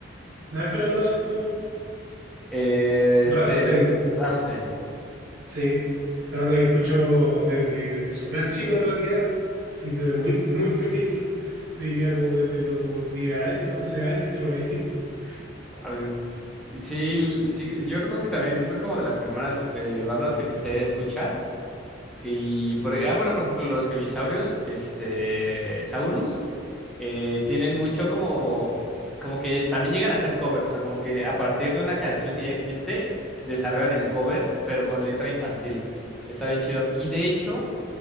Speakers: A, on the right; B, in the centre.
A: Nada más que lo conoces tú.
B: Eh, este,
A: Rammstein.
B: Rammstein.
A: Sí, una banda que escucho desde súper chico en realidad, sí, desde muy, muy pequeño, te diría como desde los 10 años, 11 años por ahí. <laughs>
B: Al- Sí, l- sí, yo recuerdo que también fue como de las primeras eh, bandas que empecé a escuchar. Y, por, ah, bueno, por ejemplo, los Heavisaurios, este, Saurus, eh, tienen mucho como, como que también llegan a hacer covers, o sea, como que a partir de una canción que ya existe, desarrollan el cover, pero con letra infantil. Está bien chido. Y de hecho...